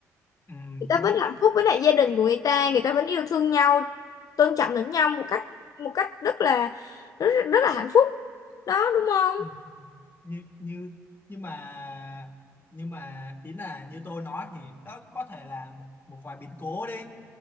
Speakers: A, on the left; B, on the left.
A: Ừ,
B: Người ta
A: cũng
B: vẫn
A: đúng
B: hạnh phúc với lại gia đình của người ta, người ta vẫn yêu thương nhau, tôn trọng lẫn nhau một cách một cách rất là rất, rất là hạnh phúc. Đó đúng không?
A: ừ. như như nhưng mà nhưng mà ý là như tôi nói thì đó có thể là một, một vài biến cố đi